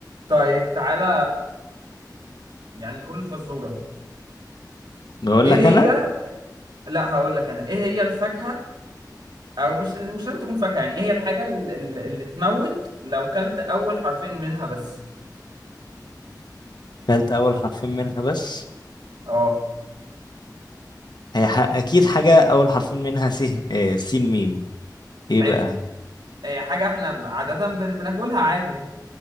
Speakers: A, on the right; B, on the left.
A: طيب تعالى يعني نقول الفزورة
B: بقول
A: ايه
B: لك انا
A: هي لا هقول لك انا ايه هي الفاكهة او مش مش لازم تكون فاكهة يعني ايه هي الحاجة اللي, اللي تموت لو كلت اول حرفين منها بس
B: قلت اول حرفين منها بس
A: اه
B: هي ح... اكيد
A: ي-
B: حاجة اول حرفين منها س آه، سين ميم ايه
A: حلو
B: بقى
A: هي حاجة احنا عادة بن- بناكلها عادي يعني.